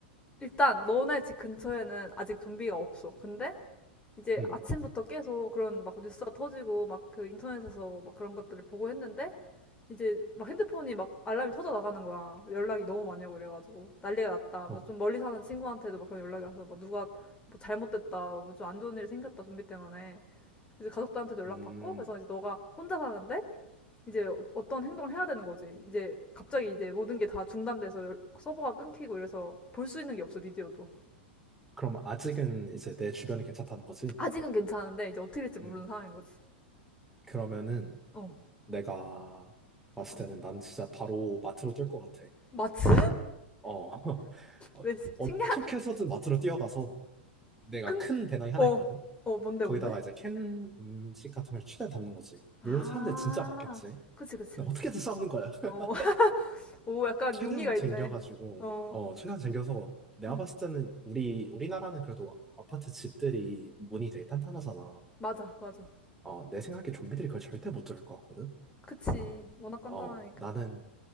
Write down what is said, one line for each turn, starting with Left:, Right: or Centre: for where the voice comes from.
Left: 일단 너네 집 근처에는 아직 좀비가 없어. 근데 이제
Centre: 음.
Left: 아침부터 계속 그런 막 뉴스가 터지고 막 그 인터넷에서 막 그런 것들을 보고 했는데 이제 막 핸드폰이 막 알람이 터져 나가는 거야. 연락이 너무 많이 오고 이래가지고 난리가 났다.
Centre: 어.
Left: 그래서 좀 멀리 사는 친구한테도 막 그런 연락이 와서 막 누가 뭐 잘못됐다, 뭐 좀 안 좋은 일이 생겼다 좀비 때문에 이제 가족들한테도 연락
Centre: 음.
Left: 받고 그래서 이제 너가 혼자 사는데 이제 어- 어떤 행동을 해야 되는 거지. 이제 갑자기 이제 모든 게 다 중단돼서 열- 서버가 끊기고 이래서 볼 수 있는 게 없어 미디어도.
Centre: 그럼 아직은 이제 내 주변이 괜찮다는 거지?
Left: 아직은 괜찮은데 이제 어떻게 될지 모르는
Centre: 음.
Left: 상황인 거지.
Centre: 그러면은
Left: 어,
Centre: 내가 봤을
Left: 어.
Centre: 때는 난 진짜 바로 마트로 뛸 것 같아.
Left: 마치 <laughs>
Centre: 어. <laughs> 어,
Left: 왜 시-
Centre: 어떻게
Left: 식량
Centre: 해서든 마트로 뛰어가서 내가
Left: 큰
Centre: 큰 배낭이 하나
Left: 어,
Centre: 있거든?
Left: 어 뭔데
Centre: 거기다가
Left: 뭔데?
Centre: 이제 캔 음식 같은 걸 최대한 담는 거지.
Left: 아,
Centre: 물론 사람들 진짜 많겠지.
Left: 그치, 그치,
Centre: 근데
Left: 그치.
Centre: 어떻게든 싸우는 거야. <laughs>
Left: 어, <laughs> 오, 약간
Centre: 최대한
Left: 용기가
Centre: 쟁겨가지고,
Left: 있네. 어,
Centre: 어, 최대한 쟁여서 내가
Left: 응,
Centre: 봤을 때는 우리, 우리나라는 그래도 아파트 집들이 문이 되게 탄탄하잖아.
Left: 맞아, 맞아.
Centre: 어, 내 생각에 좀비들이 그걸 절대 못 들을 것 같거든.
Left: 그치, 워낙 간단하니까.
Centre: 어, 나는